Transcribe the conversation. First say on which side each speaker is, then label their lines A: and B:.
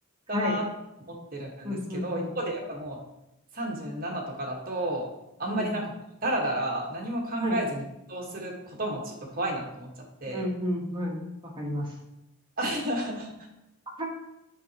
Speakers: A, on the right; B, on the right.
A: だなと思ってるんですけど、
B: はい、うん、うん、うん、
A: 一方でやっぱもう37とかだと、あんまりなんかダラダラ何も考えずに行動することもちょっと怖いなと思っちゃって。
B: うん。はい、うん、うん、はい。わかります。
A: <laughs>
B: <laughs>